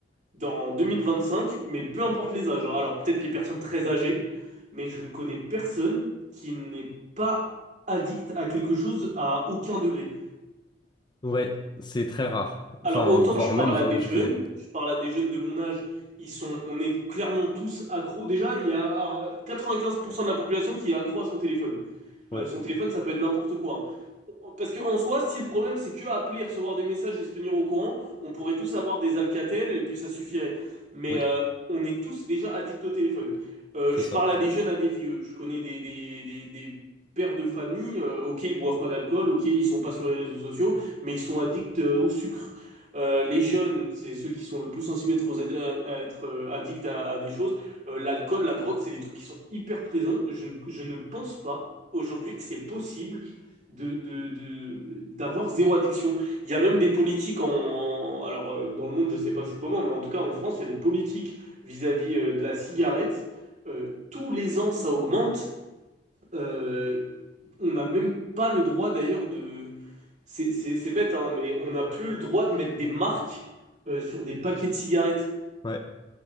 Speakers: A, on the right; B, on the left.
A: dans 2025, mais peu importe les âges. hein. Alors, peut-être les personnes très âgées, mais je ne connais personne qui n'est pas addict à quelque chose à aucun degré.
B: Ouais, c'est très rare.
A: Alors,
B: Enfin,
A: autant
B: voire
A: je parle
B: même,
A: à
B: je,
A: des
B: je
A: jeunes,
B: connais pas.
A: je parle à des jeunes de mon âge, ils sont, on est clairement tous accros. Déjà, il y a euh, 95% de la population qui est accro à son téléphone.
B: Ouais,
A: Euh, son téléphone, ça peut être n'importe quoi. hein. Parce qu'en soi, si le problème c'est que appeler, recevoir des messages et se tenir au courant, on pourrait tous avoir des Alcatel et puis ça suffirait. Mais
B: oui,
A: euh, on est tous déjà addicts au téléphone. Euh,
B: c'est
A: je
B: ça.
A: parle à des jeunes, à des vieux. Je connais des, des, des- des pères de famille. euh, ok, ils boivent pas d'alcool. Ok, ils sont pas sur les réseaux sociaux, mais ils sont addicts euh, au sucre. Euh, les jeunes, c'est ceux qui sont le plus sensibles à être, aux ad- à- à être, euh, addicts à, à des choses. Euh, l'alcool, la drogue, c'est des trucs qui sont hyper présents. Je ne, je ne pense pas aujourd'hui que c'est possible de, de- de- d'avoir zéro addiction. Il y a même des politiques en, en- alors euh, dans le monde, je sais pas c'est comment, mais en tout cas en France, il y a des politiques vis-à-vis euh, de la cigarette. Euh, tous les ans, ça augmente. Euh, on n'a même pas le droit d'ailleurs de... C'est c'est- c'est bête, hein, mais on n'a plus le droit de mettre des marques euh, sur des paquets de cigarettes
B: Ouais.